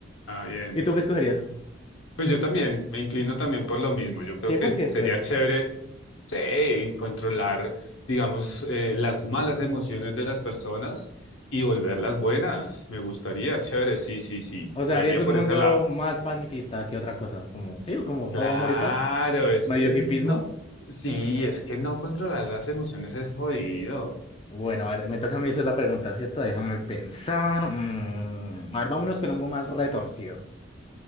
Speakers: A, on the left; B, on the left.
A: Ah, bien.
B: ¿Y tú qué escogerías?
A: Pues yo también, me inclino también por lo mismo. Yo creo
B: Sí,
A: que
B: porque
A: sería
B: pues
A: chévere Sí, y controlar, digamos, eh, las malas emociones de las personas y volverlas buenas. Me gustaría, chévere, sí, sí, sí.
B: O sea,
A: Me
B: harías
A: iría
B: un
A: por
B: mundo
A: ese lado.
B: más pacifista que otra cosa, como, sí, como
A: Claro,
B: todo amor y paz,
A: es
B: medio
A: que el
B: hipismo.
A: no, sí, es que no controlar las emociones es jodido.
B: Bueno, a ver, me toca a mí hacer la pregunta, ¿cierto? Déjame pensar. Mm, a ver, vámonos con algo más retorcido.